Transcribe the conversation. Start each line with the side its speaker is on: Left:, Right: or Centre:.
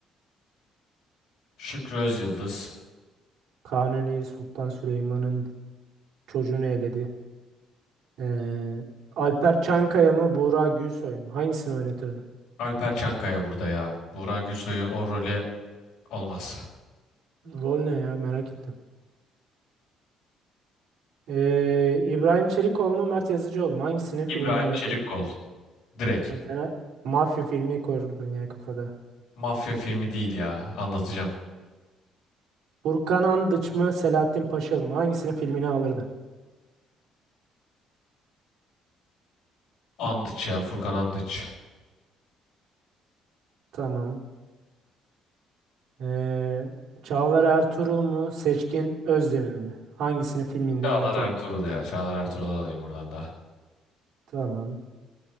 Left: Şükrü Özyıldız.
Right: Kanuni Sultan Süleyman'ın çocuğunu eledi. Ee, Alper Çankaya mı Buğra Gülsoy mu? Hangisini oynatırdın?
Left: Alper Çankaya burada ya. Buğra Gülsoy'u o role olmaz.
Right: Rol ne ya merak ettim. Ee, İbrahim Çelikoğlu mu Mert Yazıcıoğlu mu? Hangisini
Left: İbrahim
Right: filminde oynatırdın?
Left: Çelikkol. Direkt.
Right: Sen fena mafya filmi koyurdun ya kafada.
Left: Mafya filmi değil ya. Anlatacağım.
Right: Burkan Andıç mı Selahattin Paşalı mı? Hangisinin filmini alırdın?
Left: Andıç ya. Furkan Andıç.
Right: Tamam. Ee, Çağlar Ertuğrul mu Seçkin Özdemir mi? Hangisinin filminde
Left: Çağlar
Right: oynatırdın?
Left: Ertuğrul ya. Çağlar Ertuğrul'u alayım buradan da.
Right: Tamam.